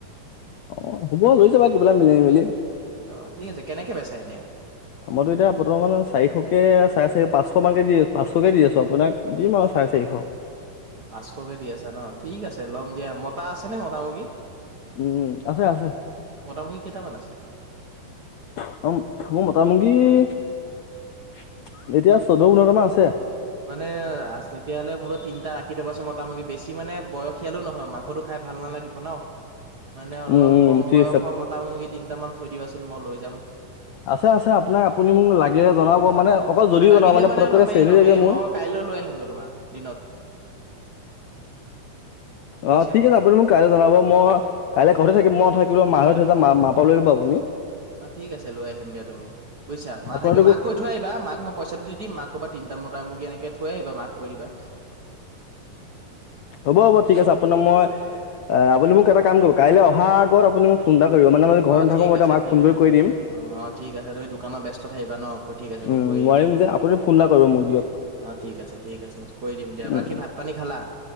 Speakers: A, on the left; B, on the right.
A: অ', হ'ব লৈ যাবা কিবা এটা মিলাই মিলি।
B: অ', ঠিক আছে কেনেকে বেচাই এনে?
A: মইতো এতিয়া বৰ্তমান চাৰিশকে চাৰে চাৰি পাঁচশ মানকে দি আছো পাচশ কে দি আছো আপোনাক দিম আৰু চাৰে চাৰিশ
B: পাঁচশকে দি আছা ন ঠিক আছে ল'ম দিয়া মতা আছে নে মতা মূৰ্গী?
A: উম আছে-আছে।
B: মতা মূৰ্গী কেইটামান আছে?
A: <unintelligible> মোৰ মতা মূৰ্গী এতিয়া চৈধ্য পোন্ধৰটা মান আছে।
B: মানে তেতিয়াহ'লে মোলো তিনিটা ৰাখি থবাচোন মতা মূৰ্গী বেছি মানে বয়সীয়ালো নহয় মাংসটো খাই ভাল নালাগিব ন মানে অলপ
A: উম
B: কম
A: ঠিক
B: বয়সৰ মতা মূৰ্গী তিনিটা মান থৈ দিবাচোন মই লৈ যাম
A: আছে-আছে আপোনাৰ আপুনি মোক লাগিলে জনাব মানে অকল যদি
B: লাগিলে
A: জনাব
B: মানে
A: ফটককৈ
B: ল'মেই-ল'মেই
A: চেল হৈ যায় যে মোৰ
B: মই কাইলৈ লৈ আহিমগৈ তোমাৰ দিনত বুজিছা
A: অ', ঠিক আছে আপুনি মোক কাইলৈ জনাব মই কাইলৈ ঘৰতে থাকিম মই নাথাকিলেও মায়ে <unintelligible>
B: অ', ঠিক আছে লৈ আহিম দিয়া তুমি বুজিছা মা
A: আপোনাৰ
B: থাকে মাক কৈ থৈ আহিবা মাক মই পইচাটো দি দিম মাক ক'বা তিনিটা মতা মুৰ্গী এনেকে থৈ আহিবা মাক কৈ দিবা।
A: হ'ব-হ'ব ঠিক আছে আপোনাৰ মই আপুনি মোক এটা কাম কৰিব কাইলৈ অহাৰ আগত আপুনি মোক ফোন এটা কৰিব মানে মই ঘৰত
B: অ',
A: নাথাকো
B: ঠিক
A: মই এতিয়া
B: আছে
A: মাক
B: ঠিক
A: ফোন
B: আছে
A: কৰি কৈ
B: ঠিক
A: দিম
B: অ', - অ', ঠিক আছে তুমি দোকানত ব্যস্ত থাকিবা ন। ক- ঠিক আছে মই
A: উম
B: কৰি
A: নোৱাৰিম
B: দিম দিয়া
A: যে আপুনি ফোন এটা কৰিব মোক দিয়ক।
B: অ', ঠিক আছে ঠিক আছে কৰি দিম দিয়া,
A: উম
B: বাকী ভাত পানী খালা?